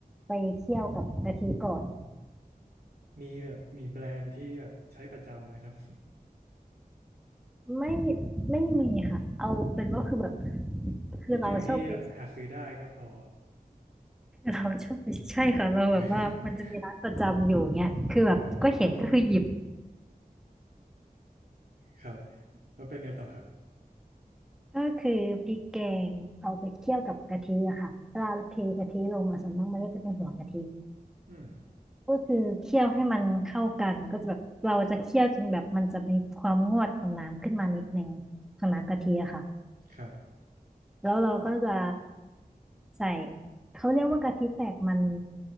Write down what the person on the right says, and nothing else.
มีแบบมีแบรนด์ที่แบบใช้ประจำไหมครับ
<laughs>
พริกแกงที่แบบหาซื้อได้ก็พอ
<laughs> อ๋อ <laughs> ครับแล้วเป็นไงต่อครับ
อืม
ครับ